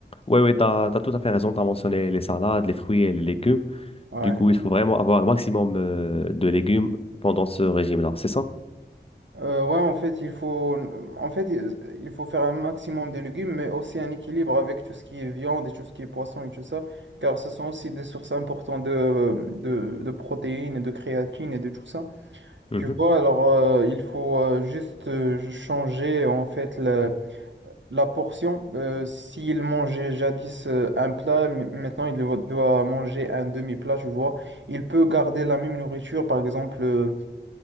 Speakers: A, on the left; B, on the right.
A: Oui, oui, t'as, t'as tout à fait raison. T'as mentionné les salades, les fruits et les légumes.
B: Ouais.
A: Du coup, il faut vraiment avoir le maximum euh, de légumes pendant ce régime-là, c'est ça?
B: Euh, ouais, en fait, il faut, en fait, il il faut faire un maximum de légumes, mais aussi un équilibre avec tout ce qui est viande et tout ce qui est poisson et tout ça, car ce sont aussi des sources importantes de, de, de protéines et de créatine et de tout ça.
A: Mhm.
B: Tu vois, alors euh, il faut euh, juste euh, changer en fait la, la portion. Euh, s'il mangeait jadis euh, un plat, m- maintenant il doit doit manger un demi-plat, tu vois. Il peut garder la même nourriture, par exemple, euh,